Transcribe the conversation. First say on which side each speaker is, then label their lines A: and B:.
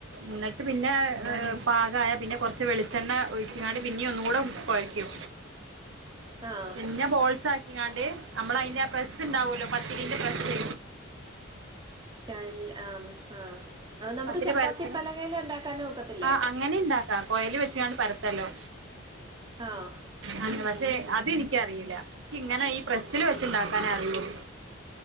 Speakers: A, on the right (about 70°); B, on the right (about 20°).
A: എന്നിട്ട് പിന്നെ പാകായ പിന്നെ കുറച്ച് വെളിച്ചെണ്ണ ഒഴിച്ചിക്കാണ്ട് പിന്നെ ഒന്ന് കൂടെ കുഴയ്ക്കും.
B: ആഹ്
A: പിന്നെ ബോൾസ് ആക്കിങ്ങാണ്ട് നമ്മള അതിന്റെ പ്രസ് ഉണ്ടാവല്ലോ പത്തിരിന്റെ പ്രസ്
B: കൽ ആ ആ അത് നമുക്ക്
A: പത്തിരി
B: ചപ്പാത്തിപ്പലകയില്
A: പരത്തണ
B: ഉണ്ടാക്കാനും ഒക്കത്തില്ലേ?
A: ആ അങ്ങനെ ഇണ്ടാക്കാ കോയൽ വെച്ചാണ്ട് പരത്തല്ലോ.
B: ആഹ്
A: അ പക്ഷെ അതെനിക്കറിയില്ല എനിക്ക് ഇങ്ങനെ ഈ പ്രസ്സിൽ വെച്ചുണ്ടാക്കാനേ അറിയെള്ളൂ